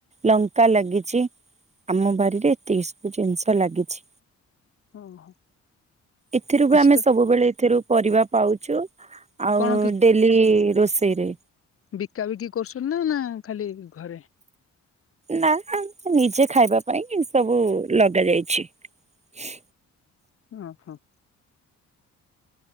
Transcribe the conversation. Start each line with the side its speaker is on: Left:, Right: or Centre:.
Right: ଲଙ୍କା ଲାଗିଚି। ଆମ ବାରିରେ ଏତିକି ସବୁ ଜିନିଷ ଲାଗିଛି।
Left: ଓହୋ
Right: ଏଥିରୁ ବି
Left: କିଛି
Right: ଆମେ
Left: ତ
Right: ସବୁବେଳେ ଏଥିରୁ ପରିବା ପାଉ। ଚୁ ଆଉ
Left: କଣ
Right: ଡେଲି ରୋଷେଇରେ।
Left: ବିକାବିକି କରୁସନି ନା ନା ଖାଲି ଘରେ।
Right: ନା ନିଜେ ଖାଇବା ପାଇଁ ସବୁ ଲଗା ଯାଇଛି। ହ
Left: ଅ ହ।